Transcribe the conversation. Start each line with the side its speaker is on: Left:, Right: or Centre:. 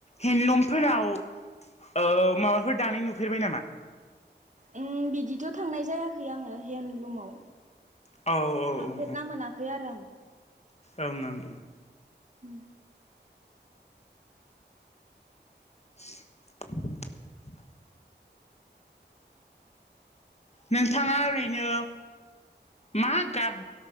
Left: हेन्दलुमफोराव ओ माबाफोर दानाय नुफेरबाय नामा?
Right: उम बिदिथ' थांनाय जायाखै आङो हेन्दलुमाव।
Left: औ औ
Right: थांफेरना
Left: ओं
Right: मोनाखै आरो आं
Left: ओं ओं
Right: उम
Left: <inaudible> नोंथाङा ओरैनो मा गाब